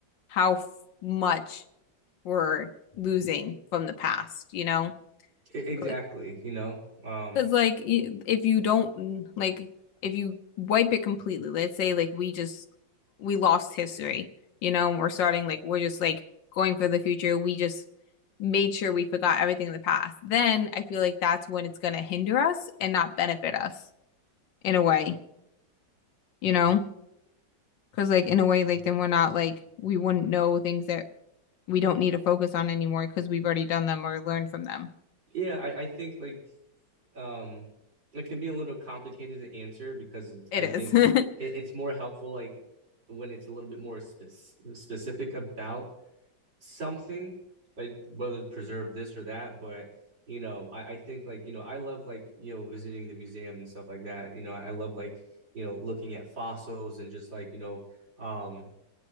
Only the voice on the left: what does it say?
how f much we're losing from the past, you know?
Like
because like y- if you don't like if you wipe it completely, let's say like we just we lost history, you know, and we're starting like we're just like going for the future. We just made sure we forgot everything in the past. Then I feel like that's when it's gonna hinder us and not benefit us in a way, you know? Because like in a way, like then we're not like we wouldn't know things that we don't need to focus on anymore because we've already done them or learned from them.
It
is.
<laughs>